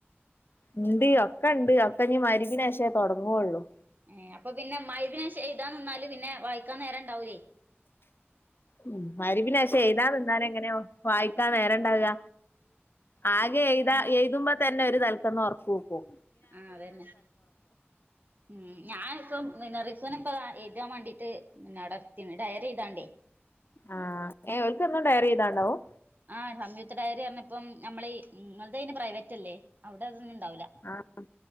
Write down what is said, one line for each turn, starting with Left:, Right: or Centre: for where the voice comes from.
Left: ഇണ്ട്, ഒക്കെണ്ട്. ഒക്കെഞ്ഞ് മയിരിബിനേഷേ തൊട്ങ്ങൊള്ളു.
Right: ഏഹ് അപ്പൊ പിന്നെ മഅ് രിബിനേഷം എയ്താൻ നിന്നാല് പിന്നെ വായിക്കാൻ നേര- ണ്ടാവൂലേയ്.
Left: ഉം, മഅരിബിനേഷം എയ്താൻ നിന്നാലെങ്ങനെ വായിക്കാൻ നേരണ്ടാവ? ആകെ എഴ്താ,
Right: ഉം
Left: എയ്തുമ്പ തന്നെ ഒരു തലക്കന്ന് ഒറക്കൂക്കും.
Right: ആഹ് അതന്നെ. ഉം ഞാനിപ്പം, <unintelligible> എയ്താ മ്മാണ്ടീട്ട് <unintelligible> ഡയറി എയ്താണ്ടേ
Left: ആഹ് ഏ ഓൽകെന്നും ഡയറി എയ്താണ്ടാവും?
Right: ആ സംയുക്‌ത ഡയറി പർഞ്ഞ്പ്പം നമ്മളെ ഇങ്ങൾതയ്ന് പ്രൈവറ്റല്ലെ, അവ്ടതൊന്നുണ്ടാവൂല.
Left: ആഹ്